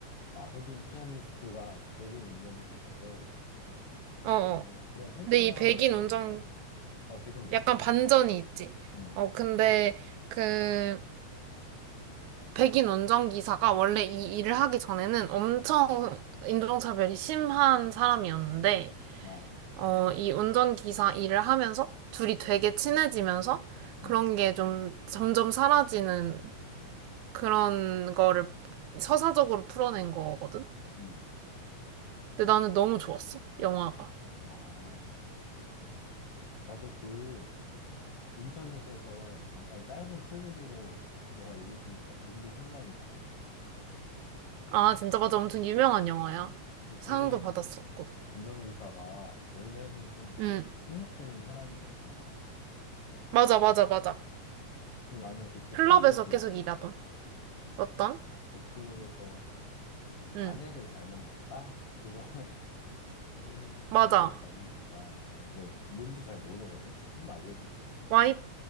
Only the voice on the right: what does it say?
어, 어.
근데 이 백인 운전,
약간 반전이 있지.
어, 근데 그 백인 운전기사가 원래 이 일을 하기 전에는 엄청 인종차별이 심한 사람이었는데,
어, 이 운전기사 일을 하면서 둘이 되게 친해지면서
그런 게 좀 점점 사라지는 그런 거를 서사적으로 풀어낸 거거든?
근데 나는 너무 좋았어, 영화가.
아, 진짜 맞아. 엄청 유명한 영화야.
상도
받았었고.
응.
맞아, 맞아, 맞아.
클럽에서
계속 일하던. 어떤?
응.
맞아.
와이,